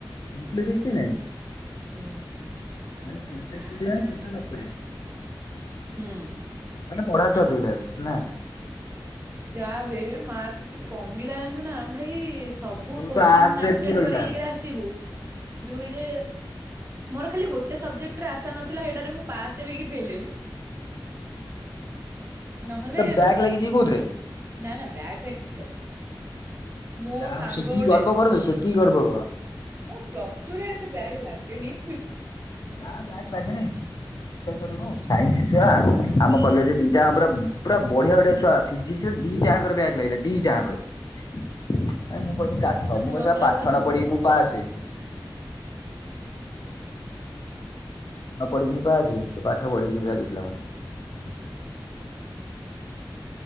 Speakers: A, on the left (about 55°); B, on the right (about 30°).
A: ତିନି ଶହ ସିକ୍ସଟି ନାଇନ୍।
B: ହୁଁ
A: ମାନେ ତିନିଶହ ସିକ୍ସଟି ମାନେ ତିନିଶହ ସତୁରି
B: ହୁଁ।
A: ମାନେ ପଢା ଛୁଆ ଥିଲୁ ହେଲେ ନା
B: ଜାବେ କେତେ ମାର୍କ କମିଲା ଜାଣିଚୁନା ଭାଇ। ସବୁ
A: ତୋର
B: କୋଶ୍ଚିନ
A: ତ ଆର୍ଟସ ରେ
B: ଆଟେଣ୍ଡ
A: ଏତିକି ରହିଲା
B: କରିକି ଏକରେ ଆସିବୁ। ଦୁଇରେ। ମୋର ଖାଲି ଗୋ ଗୋଟେ ସବଜେକ୍ଟରେ ଆଶା ନଥିଲା ସେଇଟାରେ ମୁଁ ପାସ ହେବି କି ଫେଲ ହେବି। ନହେଲେ
A: ବ୍ୟାଗ୍ ଲାଗିଛିି କି କୋଉଥିରେ।
B: ନା ନା ବ୍ୟାଗ ଫ୍ୟାଗ କିଛି ଲାଗିନି। ମୋ
A: ଯା
B: ସାଙ୍ଗ
A: ସେତିକି
B: ଗୋଟେ
A: ଗର୍ବ କର ବେ ସେତିକି ଗର୍ବ କର।
B: ଆଉ ପ୍ଲସ ଟୁ ରେ ଏତେ ବ୍ୟାଗ ଲାଗେନି ଫି
A: ନା ବ୍ୟାଗ୍ ଲାଗେନି ବିଶ୍ୱାସ କରୁନୁ ସାଇନ୍ସ। ଛୁଆ ଆମ କଲେଜରେ ଦିଟା। ପୁରା ପୁରା ବଢିଆ ବଢିଆ ଛୁଆ ଫିିଜିକସ ରେ ଦିଟାଙ୍କରେ ବ୍ୟାଗ୍ ଲାଗିଲା ଦିଟାଙ୍କରେ। ମୁଁ କହିନି କାଠ
B: ମୋ
A: ମୁଁ
B: ଛୁଆଙ୍କର
A: କହିନି ଶଳା ପାଠ
B: ଏଥର
A: ନ
B: ବହୁତ
A: ପଢିକି
B: କମ
A: ମୁଁ ପାସେ।
B: ହୁଁ।
A: ନ ପଢିକି ମୁଁ ପାସେ। ସେ ପାଠ ପଢିକି କିଛି ଲାଭ ନାହିଁ।